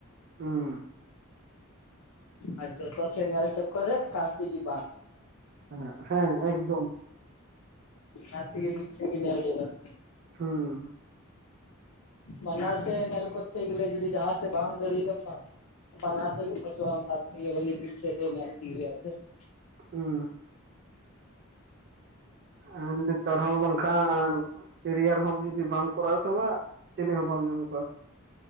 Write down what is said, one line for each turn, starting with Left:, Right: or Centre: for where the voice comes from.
Right: ᱦᱩᱸ ᱾
Left: ᱟᱪᱚ ᱡᱚᱛᱚ ᱥᱮ ᱧᱮᱞ ᱪᱚᱠᱚᱨ ᱨᱮ <unintelligible> ᱵᱟᱝ ᱦᱮ ᱵᱟᱝ?
Right: ᱦᱮᱸ ᱦᱮᱸ ᱮᱠᱫᱚᱢ ᱾
Left: ᱚᱱᱟ ᱛᱮᱜᱮ ᱢᱤᱫ ᱥᱮᱡ ᱜᱮ ᱧᱮᱞ ᱠᱮᱫᱟ ᱾
Right: ᱦᱩᱸ ᱾
Left: ᱵᱟᱱᱟᱨ ᱥᱮᱫ ᱧᱮᱞ ᱠᱚᱛᱮ ᱜᱮᱞᱮ ᱡᱩᱫᱤ ᱡᱟᱦᱟᱸ ᱥᱮᱫ ᱵᱟᱝ ᱫᱟᱲᱮᱭᱟᱫᱟᱢ ᱵᱟᱝ <unintelligible>
Right: ᱦᱩᱸ ᱾ ᱮᱸ ᱱᱮᱛᱟᱨ ᱦᱚᱸ ᱵᱟᱝᱠᱷᱟᱱ ᱠᱮᱨᱤᱭᱟᱨ ᱦᱚᱸ ᱡᱩᱫᱤ ᱵᱟᱢ ᱠᱚᱨᱟᱣ ᱛᱟᱢᱟ ᱪᱤᱞᱤ ᱦᱚᱸ ᱵᱟᱢ ᱧᱟᱢ ᱠᱚᱣᱟ ᱾